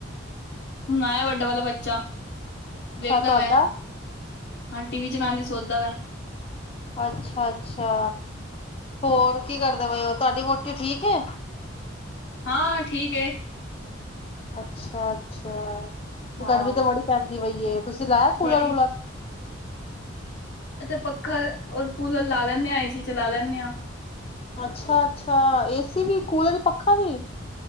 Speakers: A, on the left (about 55°); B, on the left (about 30°).
A: ਹੁਨ ਆਏਆ ਵੱਡੇ ਵਾਲਾ ਬੱਚਾ।
B: ਅੱਛਾ
A: ਵੇਖਦਾ
B: ਤੁਹਾਡਾ
A: ਵੈ ਹਾਂ ਟੀ ਵੀ ਚਲਾਨ ਦੀ ਸੋਚਦਾ ਵੈ।
B: ਅੱਛਾ-ਅੱਛਾ ਹੋਰ ਕੀ ਕਰਦੇ ਪਏ ਓ ਤੁਆਡੀ ਵੋਟੀ ਠੀਕ ਐ?
A: ਹਾਂ ਠੀਕ ਏ।
B: ਅੱਛਾ-ਅੱਛਾ ਤੇ
A: ਹਾਂ
B: ਗਰਮੀ ਤੇ ਬੜੀ ਪੈਂਦੀ ਪਈਏ ਤੁਸੀਂ ਲਾਇਆ ਕੂਲਰ-ਵੂਲਰ।
A: ਬੜੀ ਅਸੀਂ ਤੇ ਪੱਖਾ ਔਰ ਕੂਲਰ ਲਾ ਲੈਂਨੇ ਆ ਏਸੀ ਚਲਾ ਲੈਂਨੇ ਆਂ।
B: ਅੱਛਾ-ਅੱਛਾ ਏਸੀ ਵੀ ਕੂਲਰ-ਪੱਖਾ ਵੀ।